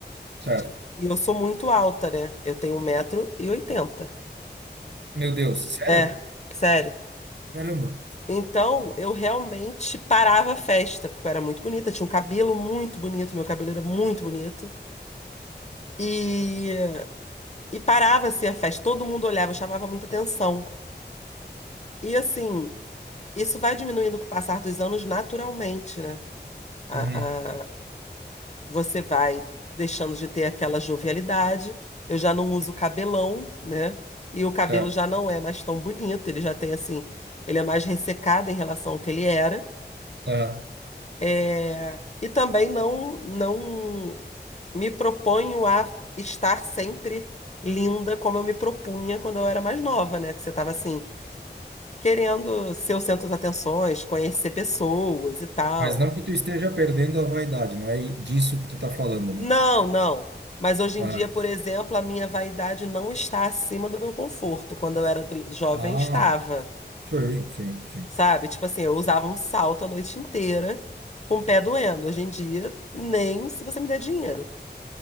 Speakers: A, on the right; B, on the left.
A: certo.
B: De- E eu sou muito alta, né? Eu tenho um 1,80m.
A: Meu Deus, sério?
B: É, sério.
A: Caramba.
B: Então, eu realmente parava a festa, porque eu era muito bonita, tinha um cabelo muito bonito, meu cabelo era muito bonito. E, e parava assim a festa, todo mundo olhava, chamava muita atenção. E assim, isso vai diminuindo com o passar dos anos naturalmente, né? A,
A: Uhum.
B: a- você vai deixando de ter aquela jovialidade. Eu já não uso cabelão, né? E o cabelo
A: Certo.
B: já não é mais tão bonito, ele já tem assim, ele é mais ressecado em relação ao que ele era.
A: Ah,
B: É, e também não, não me proponho a estar sempre linda como eu me propunha quando eu era mais nova, né? Que você estava assim, querendo ser o centro das atenções, conhecer pessoas e tal.
A: mas não que tu esteja perdendo a vaidade, não é disso que tu tá falando, né?
B: Não, não. Mas hoje em
A: Ah,
B: dia, por exemplo, a minha vaidade não está acima do meu conforto. Quando eu era do- jovem,
A: ah,
B: estava,
A: sim, sim, sim.
B: sabe? Tipo assim, eu usava um salto a noite inteira com o pé doendo. Hoje em dia, nem se você me der dinheiro.